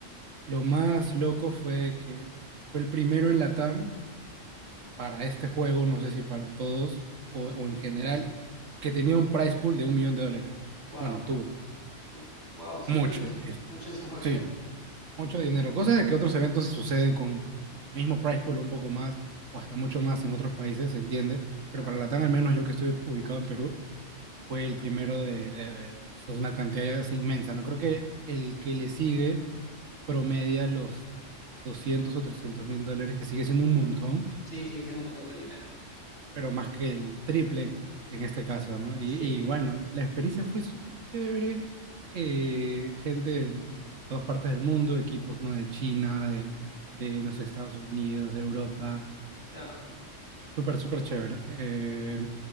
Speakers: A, on the right (about 75°); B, on the left (about 40°).
A: lo más loco fue que fue el primero en Latam para este juego, no sé si para todos o,
B: ah,
A: o en general, que tenía un prize pool de un millón de dólares.
B: wow.
A: Bueno, tuvo
B: Tú. Wow, sí,
A: mucho,
B: creo que sí.
A: y-
B: Muchísimo
A: sí.
B: <laughs> dinero,
A: Mucho dinero. Cosas de que otros eventos se suceden con el mismo price pool o un poco más, o hasta mucho más en otros países, se entiende. Pero
B: claro.
A: para Latam, al menos yo que estuve ubicado en Perú, fue el primero de, de- de- es una cantidad ya inmensa. No creo que el que le sigue promedia los doscientos o trescientos mil dólares, que sigue siendo un montón,
B: Sí, sigue siendo un montón de dinero. <laughs>
A: pero más que el triple en este caso, ¿no? Y,
B: Sí,
A: y bueno, la experiencia fue súper chévere. eh, gente de todas partes del mundo, equipos, ¿no? De China, de, de no sé, Estados Unidos, de Europa.
B: claro,
A: eh, súper, súper chévere. Eh,